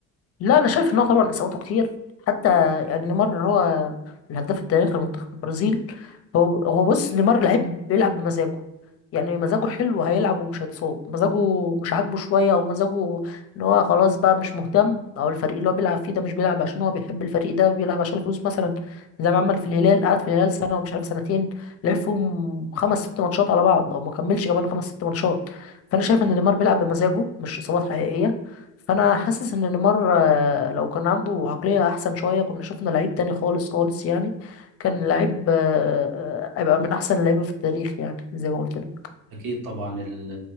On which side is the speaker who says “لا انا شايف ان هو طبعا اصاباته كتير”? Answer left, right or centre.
Left